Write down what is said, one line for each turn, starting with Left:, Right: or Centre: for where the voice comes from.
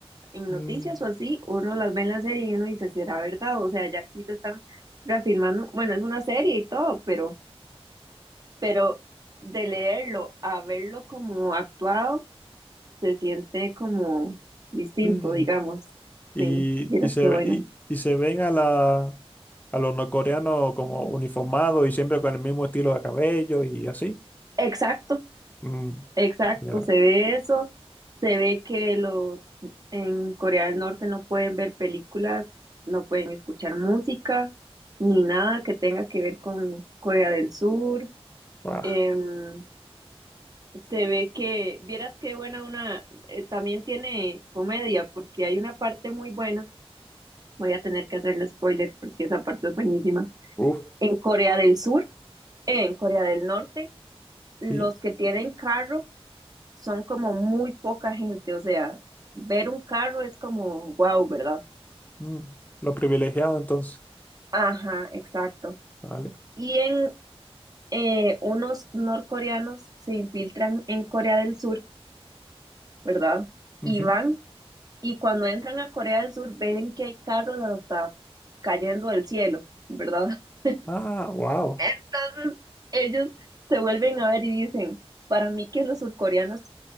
Right: en
Left: mm,
Right: noticias o así, uno las ve en la serie y uno dice, ¿será verdad? O sea, ya aquí lo están reafirmando. Bueno, es una serie y todo, pero, pero de leerlo a verlo como actuado, se siente como distinto,
Left: sí.
Right: digamos.
Left: y,
Right: Sí, miras
Left: y se,
Right: qué buena.
Left: y, y se ven a, la, a los norcoreanos como uniformados y siempre con el mismo estilo de cabello y así.
Right: Exacto,
Left: Mm,
Right: exacto,
Left: ya,
Right: se ve eso, se ve que los en Corea del Norte no pueden ver películas, no pueden escuchar música, ni nada que tenga que ver con Corea del Sur
Left: ah,
Right: em, se ve que, vieras qué buena una, eh, también tiene comedia, porque hay una parte muy buena, voy a tener que hacerle spoiler porque esa parte es buenísima.
Left: uf,
Right: En Corea del Sur, en Corea del Norte, los
Left: y
Right: que tienen carro son como muy poca gente, o sea, ver un carro es como wow, ¿verdad?
Left: mm, lo privilegiado entonces.
Right: Ajá, exacto.
Left: Vale.
Right: Y en eh, unos norcoreanos se infiltran en Corea del Sur, ¿verdad?
Left: ujú.
Right: Y van. Y cuando entran a Corea del Sur, ven que hay carros hasta cayendo del cielo, ¿verdad? <laughs>
Left: Ah, wow.
Right: Entonces, ellos se vuelven a ver y dicen, para mí que los surcoreanos